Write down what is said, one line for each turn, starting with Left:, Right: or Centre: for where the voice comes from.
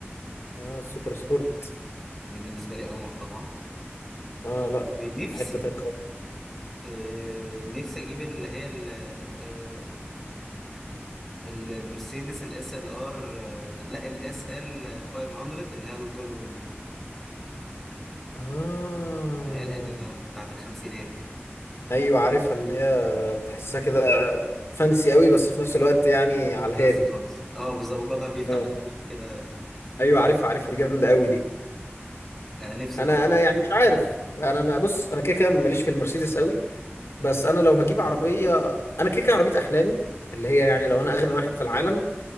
Left: اه السوبر سبورت
Centre: دي بالنسبة لي قمر طبعا
Left: اه لا
Centre: ونفسي
Left: في حتة تانية خالص
Centre: آه، نفسي اجيب اللي هي ال- آه، المرسيدس الاس ال ار آه، لا الاس ال 500 اللي هي الجولوينج
Left: اه
Centre: اللي هي القديمة بتاعت الخمسينات دي
Left: ايوه عارفها اللي هي تحسها كده فانسي قوي بس في نفس الوقت يعني على
Centre: كلاس
Left: الهادي
Centre: خالص اه بالظبط وبابها بيفتح
Left: آه.
Centre: لفوق كده
Left: ايوه عارفها عارفها دي جامده قوي دي
Centre: آه، نفسي
Left: انا
Centre: طبعا
Left: انا يعني مش عارف انا ما بص انا كده كده ماليش في المرسيدس قوي بس انا لو هجيب عربيه انا كده كده عربيه احلامي اللي هي يعني لو انا اغنى واحد في العالم